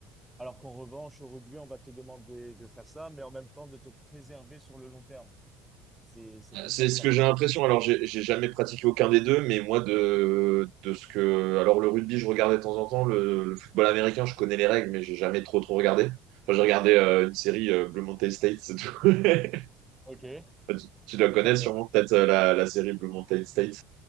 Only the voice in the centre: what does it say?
alors qu'en revanche, au rugby, on va te demander de faire ça, mais en même temps de te préserver sur le long terme. C'est c'est pour
ça que
ça...
Ah,
ok,
c'est
déjà
bien.